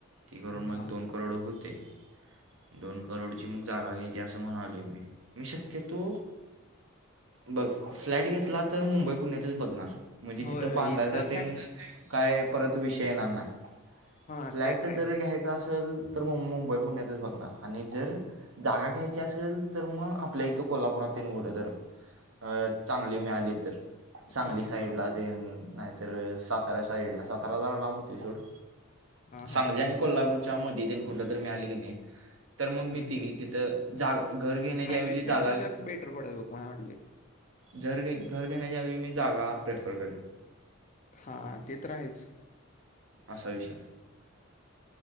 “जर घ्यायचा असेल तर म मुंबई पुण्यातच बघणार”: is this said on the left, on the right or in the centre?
Right